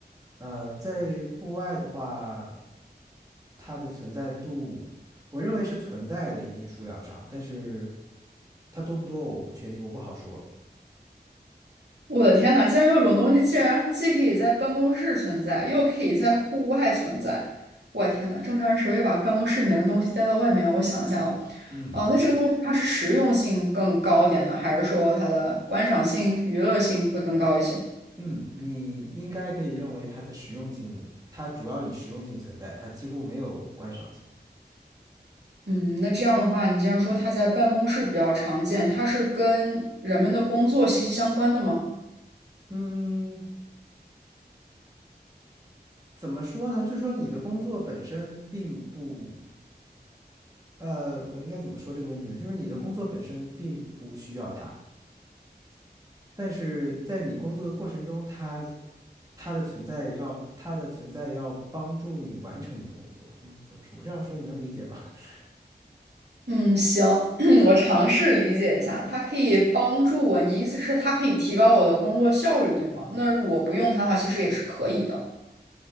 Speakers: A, on the right (about 20°); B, on the right (about 80°).
A: 呃，在户外的话，它的存在度，我认为是存在的一定数量上，但是它多不多我不确定，我不好说。
B: 我的天呐，竟然有种东西，竟然既可以在办公室存在，又可以在户外存在。我的天呐，正常人谁会把办公室里面的东西带到外面？我想一下哦，
A: 嗯
B: 哦、那这个东西它是实用性更高点呢，还是说它的观赏性、娱乐性会更高一些？
A: 嗯，你应该可以认为它的实用性，它主要以实用性存在，它几乎没有观赏性。
B: 嗯，那这样的话，你既然说它在办公室比较常见，它是跟人们的工作息息相关的吗？
A: 嗯，怎么说呢？就是说你的工作本身并不，呃，我应该怎么说这个问题呢？就是你的工作本身并不需要它。但是在你工作的过程中，它它的存在要它的存在要帮助你完成你的工作。嗯，怎么说？我这样说你能理解吗？<laughs>
B: 嗯，行，<clears throat> 我尝试理解一下，它可以帮助我。你意思是它可以提高我的工作效率，对吗？那我不用它的话，其实也是可以的。